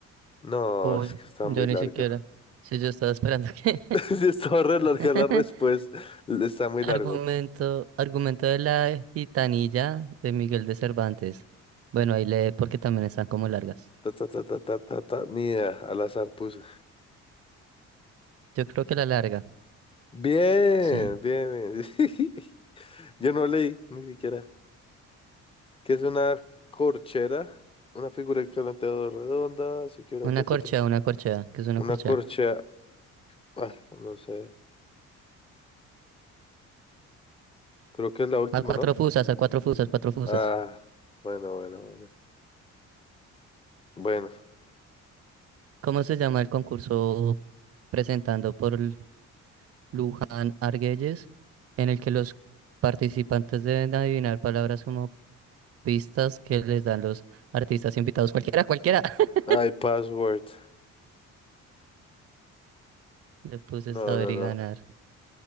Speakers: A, on the left; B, on the right.
A: No,
B: Uy,
A: es que está
B: yo
A: muy
B: ni
A: larga.
B: siquiera. Sí, yo estaba esperando que.
A: <laughs> Sí, estaba re larga
B: <laughs>
A: la respuesta. Está muy
B: Argumento,
A: largo.
B: argumento de la gitanilla de Miguel de Cervantes. Bueno, ahí lee porque también están como largas.
A: Ta, ta, ta, ta, ta, ta, ta. Ni idea, al azar puse.
B: Yo creo que la larga,
A: Bien,
B: sí.
A: bien, bien. <laughs> Yo no leí, ni siquiera. que es una corchera, una figura equivalente a dos redonda, se equivalente
B: Una
A: a
B: corchea,
A: cuatro.
B: una corchea, que es una
A: Una
B: corchea.
A: corchea, ah, no sé, creo que es la última,
B: A cuatro
A: ¿no?
B: fusas, a cuatro fusas, cuatro fusas.
A: Ah, bueno, bueno, bueno. Bueno,
B: ¿Cómo se llama el concurso presentando por L- Luján Argüelles, en el que los participantes deben adivinar palabras como pistas que les dan los artistas invitados? Cualquiera, cualquiera. <laughs>
A: ay, password.
B: Le puse
A: No,
B: saber
A: no, no.
B: y ganar.